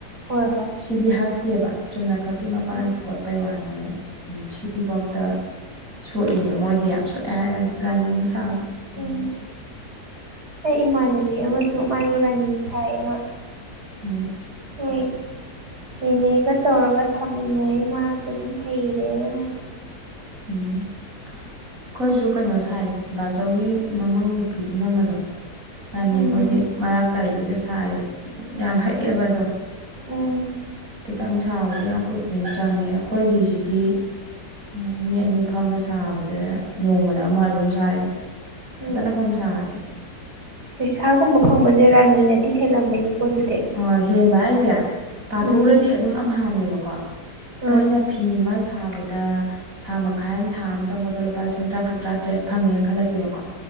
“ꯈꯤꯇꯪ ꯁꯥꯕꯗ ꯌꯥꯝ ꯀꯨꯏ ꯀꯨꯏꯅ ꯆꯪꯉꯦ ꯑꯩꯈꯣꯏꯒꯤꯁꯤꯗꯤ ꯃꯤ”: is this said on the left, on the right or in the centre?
Right